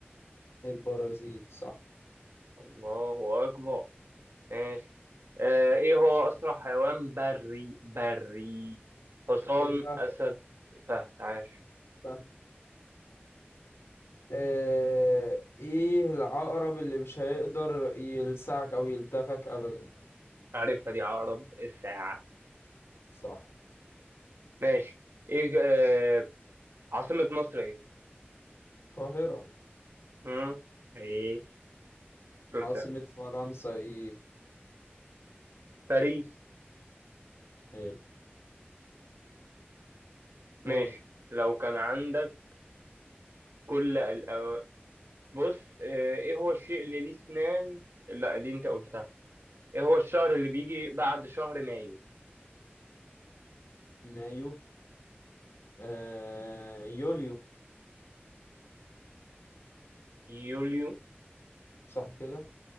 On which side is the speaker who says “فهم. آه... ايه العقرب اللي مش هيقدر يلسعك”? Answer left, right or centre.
Left